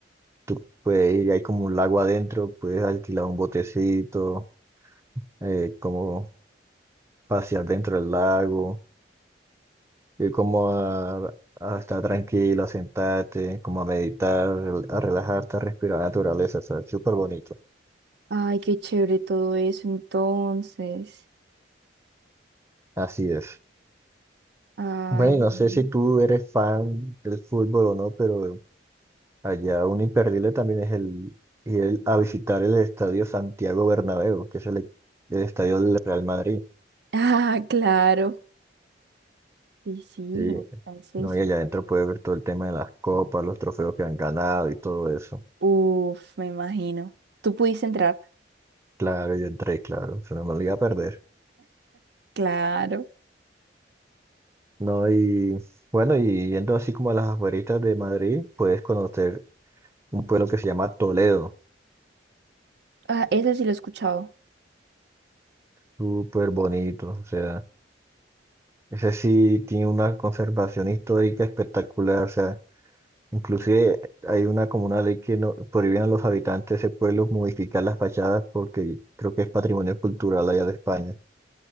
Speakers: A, on the right; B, on the right.
A: Tú puedes ir, hay como un lago adentro, puedes alquilar un botecito, eh, como pasear dentro del lago, ir como a, a estar tranquilo, a sentarte, como a meditar, rel- a relajarte, a respirar la naturaleza, ¿sabes? Súper bonito.
B: Ay, qué chévere todo eso entonces.
A: Así es.
B: Ay,
A: Bueno,
B: Mm.
A: no sé si tú eres fan del fútbol o no, pero allá un imperdible también es el ir a visitar el estadio Santiago Bernabéu, que es el el estadio del Real Madrid.
B: <laughs> ah, claro. Sí, sí,
A: Sí,
B: entonces.
A: no, y allá adentro puedes ver todo el tema de las copas, los trofeos que han ganado y todo eso.
B: Uf, me imagino. ¿Tú pudiste entrar?
A: Claro, yo entré, claro, se no me lo iba a perder.
B: Claro.
A: No, y bueno, y yendo así como a las afueritas de Madrid, puedes conocer un pueblo que se llama Toledo,
B: Ah, ese sí lo he escuchado.
A: súper bonito, o sea, ese sí tiene una conservación histórica espectacular, o sea, inclusive hay una como una ley que no prohíben a los habitantes de ese pueblo modificar las fachadas porque creo que es patrimonio cultural allá de España.